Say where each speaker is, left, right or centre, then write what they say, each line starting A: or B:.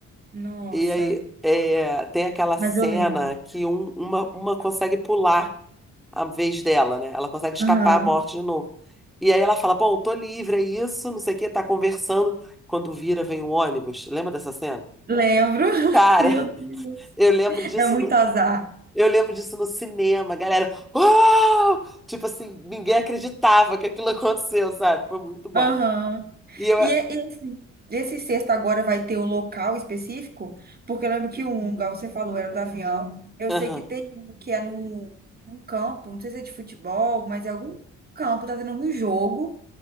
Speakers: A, on the right (about 30°); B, in the centre.
A: Nossa.
B: E aí é, tem aquela
A: Mas
B: cena
A: eu lembro.
B: que um- uma, uma consegue pular a vez dela, né? Ela consegue escapar
A: Aham.
B: à morte de novo. E aí ela fala, bom, tô livre, é isso, não sei o quê, tá conversando. Quando vira, vem um ônibus. Lembra dessa cena?
A: Lembro. <laughs>
B: Cara,
A: Meu
B: <laughs>
A: Deus.
B: eu lembro disso.
A: É muito azar.
B: Eu lembro disso no cinema, a galera. Uau! Tipo assim, ninguém acreditava que aquilo <laughs> aconteceu, sabe? Foi muito bom.
A: Aham.
B: E eu,
A: E é- e esse, esse sexto agora vai ter o local específico? Porque eu lembro que um, igual você falou, era do avião. Eu
B: aham,
A: sei que tem um que é num, num campo, não sei se é de futebol, mas é algum campo, tá tendo algum jogo.